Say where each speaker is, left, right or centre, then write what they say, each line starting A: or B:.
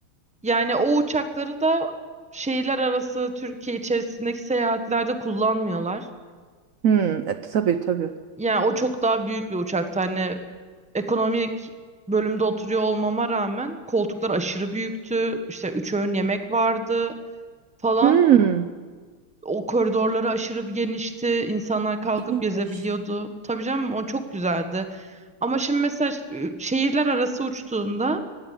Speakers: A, in the centre; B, on the right.
A: yani o uçakları da şehirler arası Türkiye içerisindeki seyahatlerde kullanmıyorlar.
B: Hı, e, tabii tabii.
A: Yani o çok daha büyük bir uçaktı. Hani ekonomik bölümde oturuyor olmama rağmen koltuklar aşırı büyüktü. İşte üç öğün yemek vardı falan.
B: Hı,
A: O koridorları aşırı bir genişti. İnsanlar kalkıp
B: iyiymiş.
A: gezebiliyordu. Tabii canım o çok güzeldi. Ama şimdi mesela ş- ü- şehirler arası uçtuğunda